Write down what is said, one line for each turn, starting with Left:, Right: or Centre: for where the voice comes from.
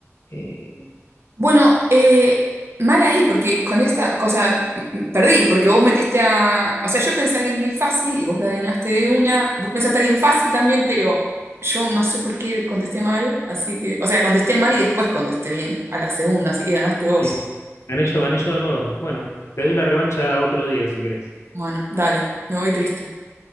Left: Eh,
Right: Bueno, eh, mal ahí, porque con esta, o sea, m- perdí, porque vos metiste a, o sea, yo pensé a alguien muy fácil y vos lo adivinaste de una, vos pensaste a alguien fácil también, pero yo no sé por qué contesté mal, así que, o sea, contesté mal y después contesté bien a la segunda, así que ganaste vos.
Left: Sí. Gané yo, gané yo de nuevo. Bueno, te doy la revancha otro día si querés.
Right: Bueno, dale, me voy triste.